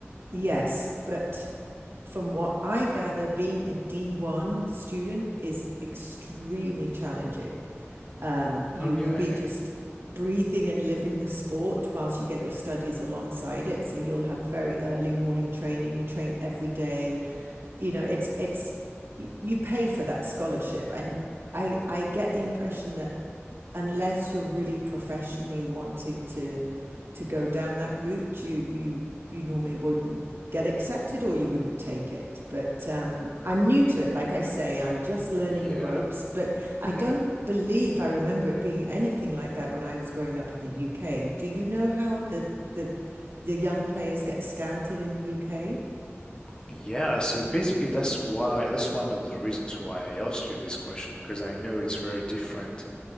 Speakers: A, on the right; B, on the left.
A: yes but from what I gather, being a D1 student is extremely challenging. Um, you
B: Okay.
A: will be just breathing and living the sport whilst you get your studies alongside it. So you'll have very early morning training. You train every day. You know, it's it's you pay for that scholarship, and I I get the impression that unless you're really professionally wanting to to go down that route, you you you normally wouldn't get accepted or you wouldn't take it. But um, I'm new to it. Like I say, I'm just learning
B: Yeah.
A: the ropes, but I
B: Yeah.
A: don't believe I remember it being anything like that when I was growing up in the UK. Do you know how the the the young players get scouted in the UK?
B: Yeah. So basically, that's why, that's one of the reasons why I asked you this question, because I know it's very different